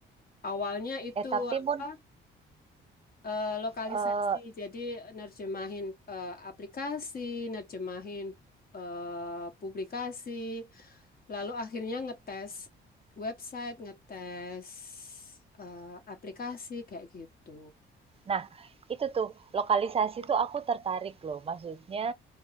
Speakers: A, on the left; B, on the right.
A: Awalnya itu
B: Eh tapi
A: apa?
B: Mun,
A: eh, lokalisasi.
B: eh,
A: Jadi nerjemahin eh, aplikasi, nerjemahin eh, publikasi, lalu akhirnya ngetes website, ngetes eh, aplikasi kayak gitu.
B: nah itu tuh lokalisasi tuh aku tertarik loh. Maksudnya